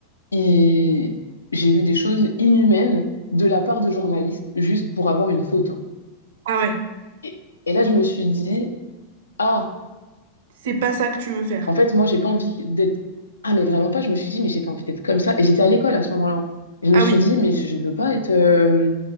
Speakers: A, on the left; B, on the right.
A: et j'ai vu des choses inhumaines de la part de journalistes juste pour avoir une photo.
B: ah ouais.
A: Et, et là, je me suis dit, ah,
B: C'est pas ça que tu veux faire.
A: en fait, moi, j'ai pas envie d'être. Ah, mais vraiment pas. Je me suis dit, mais j'ai pas envie d'être comme ça. Et j'étais à l'école à ce moment-là. Je
B: Ah
A: me suis
B: oui.
A: dit, mais je veux pas être, euh,